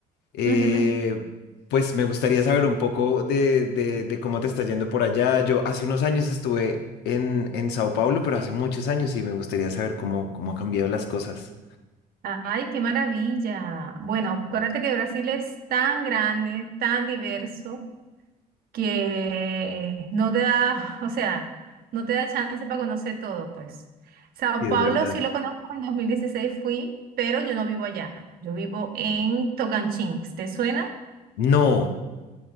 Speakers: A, on the left; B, on the right.
A: eh,
B: Ujú.
A: pues me gustaría saber un poco de, de- de cómo te está yendo por allá. Yo hace unos años estuve en, en Sao Paulo, pero hace muchos años y me gustaría saber cómo, cómo han cambiado las cosas.
B: Ay, qué maravilla. Bueno, acuérdate que Brasil es tan grande, tan diverso, que no te da, <laughs> o sea, no te da chance para conocer todo, pues. Sao
A: Sí, Es
B: Paulo
A: verdad.
B: sí lo conozco, en 2016 fui, pero yo no vivo allá. Yo vivo en Tocantins. ¿Te suena?
A: No,